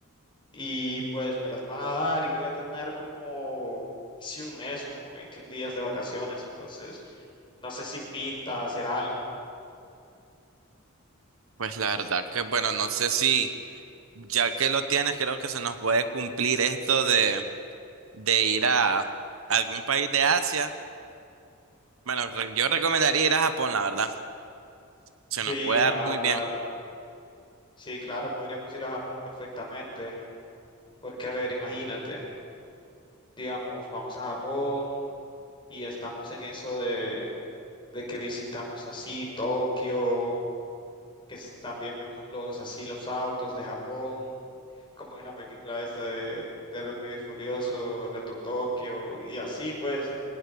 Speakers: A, on the left (about 25°); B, on the right (about 70°).
A: y pues me las van a dar y voy a tener como casi un mes, como 21 días de vacaciones. Entonces, no sé si pinta hacer algo.
B: Pues la verdad que, bueno, no sé si ya que lo tienes, creo que se nos puede cumplir esto de, de ir a algún país de Asia. Bueno, re- yo recomendaría ir a Japón, la verdad. Se
A: Sí,
B: nos puede
A: claro,
B: dar muy
A: claro.
B: bien.
A: Sí, claro, podríamos ir a Japón perfectamente. Porque, a ver, imagínate. digamos, vamos a Japón y estamos en eso de, de que visitamos así Tokio, que es- también vemos los así los autos de Japón, como en la película esta de, de Rápido y Furioso, Reto Tokio, y así pues,